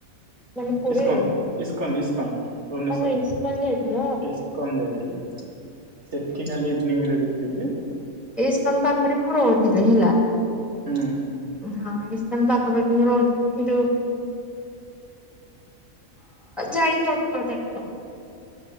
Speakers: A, in the centre; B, on the right.
A: ମାନେ ପୁରୀରେ
B: ଇସ୍କନ୍ ଇସ୍କନ୍ ଇସ୍କନ୍। ଭୁବନେଶ୍ଵର
A: ତମେ ଇସ୍କନ ଯାଇଥିଲ?
B: ଇସ୍କନ ଯାଇଥିଲି। ସେଠି ଖାଲି ଇଭିନିଂରେ ଦେଖିଥିଲି।
A: ଏଇସ୍କନ ପାଖରେ ମୁଁ ରହୁଥିଲି ହେଲା।
B: ହୁଁ
A: ହଁ ଏ କଣ ପାଖାପାଖି ମୁଁ ରହୁଥିଲି କିନ୍ତୁ ଯାଇଛ ଅତଟ ଆ <inaudible>